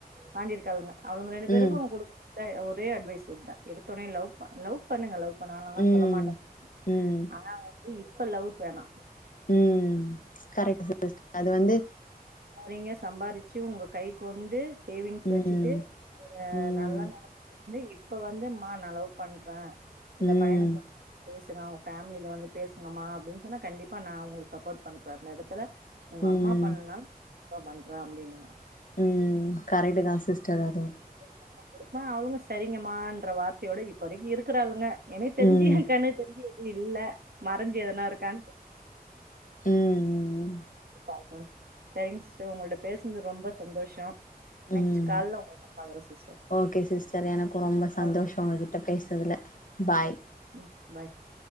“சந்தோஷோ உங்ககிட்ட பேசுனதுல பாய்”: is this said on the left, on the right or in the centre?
Left